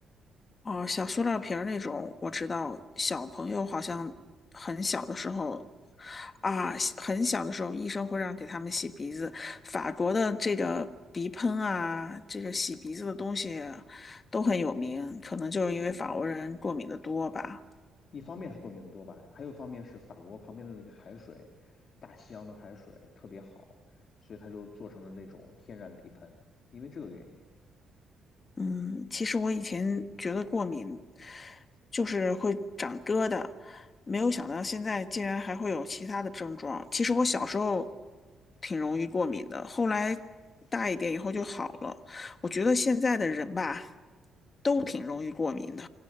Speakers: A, on the left; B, on the left.
A: 哦，小塑料瓶儿那种，我知道小朋友好像很小的时候啊，很小的时候医生会让给他们洗鼻子。法国的这个鼻喷啊，这个洗鼻子的东西都很有名，可能就是因为法国人过敏的多吧。
B: 一方面是过敏的多吧，还有一方面是法国旁边的那个海水，大西洋的海水特别好，所以它就做成了那种天然鼻喷，因为这个原因。
A: 嗯，其实我以前觉得过敏就是会长疙瘩，没有想到现在竟然还会有其他的症状。其实我小时候挺容易过敏的，后来大一点以后就好了。我觉得现在的人吧，都挺容易过敏的